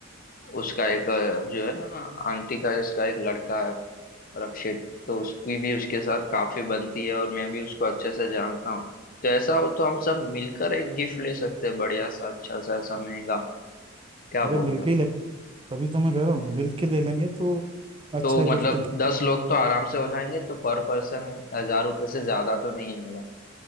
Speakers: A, on the left (about 45°); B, on the right (about 25°).
A: उसका एक अ, जो है ना आंटी का इसका एक लड़का है रक्षित तो उसकी भी उसके साथ काफी बनती है और मैं भी उसको अच्छे से जानता हूँ तो ऐसा हो तो हम सब मिलकर एक गिफ्ट ले सकते हैं बढ़िया सा अच्छा सा ऐसा महंगा क्या
B: अरे
A: बोलते
B: मिलके
A: हो
B: ही लेंगे तभी तो मैं कह रहा हूँ मिलके ले लेंगे तो अच्छा
A: तो
B: गिफ्ट
A: मतलब
B: दे-
A: दस लोग तो आराम से हो जाएंगे तो पर पर्सन हजार रुपये से ज्यादा तो नहीं आएगा